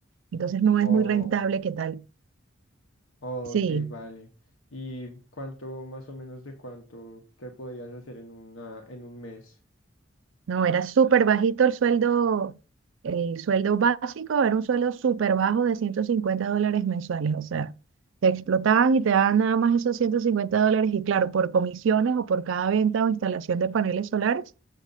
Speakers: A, on the right; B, on the left.
A: Entonces no
B: Oh,
A: es muy rentable, ¿qué tal?
B: oh,
A: Sí.
B: ok, vale. ¿Y cuánto más o menos de cuánto te podías hacer en una, en un mes?
A: No, era súper bajito el sueldo, el sueldo básico, era un sueldo súper bajo de 150 dólares mensuales, o sea, te explotaban y te daban nada más esos 150 dólares y claro, por comisiones o por cada venta o instalación de paneles solares,